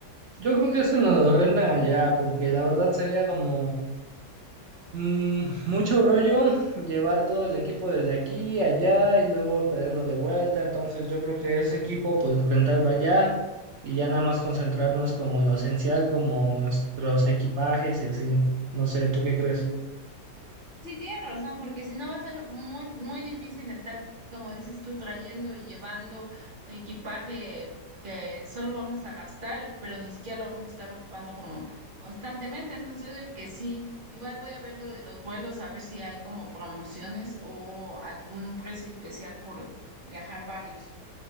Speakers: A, on the right (about 60°); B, on the right (about 35°).
A: Yo creo que eso nos lo rentan allá porque la verdad sería como Mm, mucho rollo llevar todo el equipo desde aquí, allá y luego traerlo de vuelta. Entonces yo creo que ese equipo pues rentarlo allá y ya nada más concentrarnos como en lo esencial, como nuestros equipajes y así. No sé, ¿tú qué crees?
B: Sí, tienes razón, porque si no va a ser muy, muy difícil estar, como dices tú, trayendo y llevando equipaje que solo vamos a gastar, pero ni siquiera lo vamos a estar ocupando como constantemente. Entonces yo digo que sí, igual voy a ver lo de los vuelos, a ver si hay como promociones o algún precio especial por viajar varios.